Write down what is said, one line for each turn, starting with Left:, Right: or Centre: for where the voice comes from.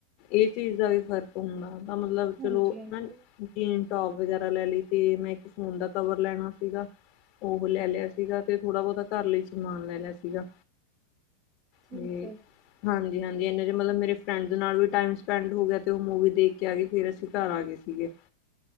Left: ਏ ਚੀਜ਼ ਦਾ ਵੀ ਫ਼ਰਕ ਹੁੰਦਾ ਤਾਂ ਮਤਲਬ
Right: ਹਾਂਜੀ-ਹਾਂਜੀ
Left: ਚਲੋ <unintelligible> ਜੀਨ ਟੋਪ ਵਗੈਰਾ ਲੈਲੀ, ਤੇ ਮੈਂ ਇੱਕ ਫੋਨ ਦਾ ਕਵਰ ਲੈਣਾ ਸੀਗਾ। ਓਹ ਲੈ ਲਿਆ ਸੀਗਾ, ਤੇ ਥੋੜ੍ਹਾ ਬੋਤਾ ਘਰ ਲਈ ਸਮਾਨ ਲੈ ਲਿਆ ਸੀਗਾ।
Right: ਠੀਕ
Left: ਤੇ
Right: ਹੈ ਜੀ
Left: ਹਾਂਜੀ-ਹਾਂਜੀ, ਐਨੇ ਚ ਮਤਲਬ ਮੇਰੇ ਫਰੈਂਡਸ ਦੇ ਨਾਲ ਵੀ ਟਾਈਮ ਸਪੈਂਡ ਹੋ ਗਿਆ, ਤੇ ਓਹ ਮੂਵੀ ਦੇਖ ਕੇ ਆਗੇ ਫੇਰ ਅਸੀਂ ਘਰ ਆਗੇ ਸੀਗੇ।